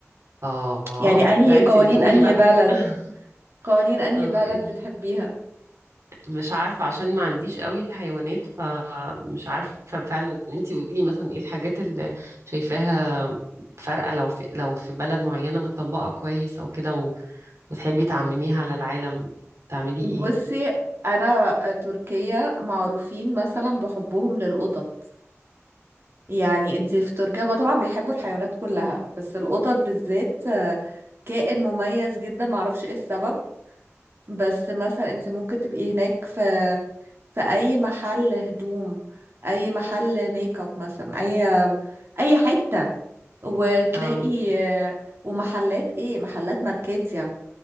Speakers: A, on the right; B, on the right.
A: اه
B: يعني انهي
A: لا
B: قوانين
A: انت اللي تقولي
B: انهي
A: بقى
B: بلد
A: <laughs>
B: قوانين انهي
A: اه
B: بلد
A: يعني
B: بتحبيها
A: مش عارفة عشان ما عنديش قوي حيوانات فمش عارفة فعلا انتي قولي مثلا ايه الحاجات اللي شايفاها فارقة لو في لو في بلد معينة متطبقة كويس او كده و- وتحبي تعمميها على العالم تعملي
B: بصي
A: ايه
B: انا تركيا معروفين مثلا بحبهم للقطط يعني انتي في تركيا ما طبعا بيحبوا الحيوانات كلها بس القطط بالذات آه، كائن مميز جدا معرفش ايه السبب بس مثلا انت ممكن تبقي هناك في في اي محل هدوم اي محل ميك اب مثلا اي اي حتة وتلاقي
A: اه
B: آه، ومحلات ايه محلات ماركات يعني